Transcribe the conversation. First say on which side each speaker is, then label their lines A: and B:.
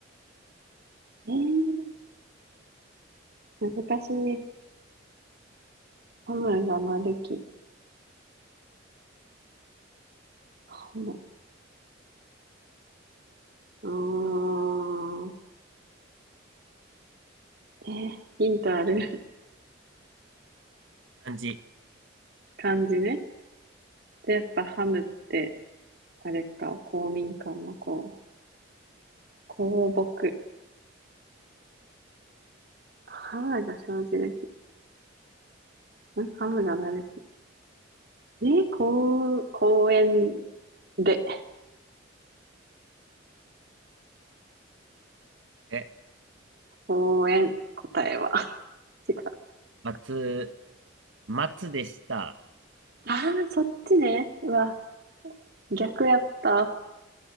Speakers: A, on the right; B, on the right.
A: えー、難しいね。ハムがなる木、ハム。あー、えー、ヒントある
B: 漢字。
A: <laughs> 感じね。で、やっぱハムって、あれか、公民館の公、公木。ハムが生じる木。んハムがなる木。えー、公、公園で、
B: え、
A: 公園、答えは。<laughs> 違う。
B: 松、松でした。
A: ああ、そっちね。うわ、逆やった。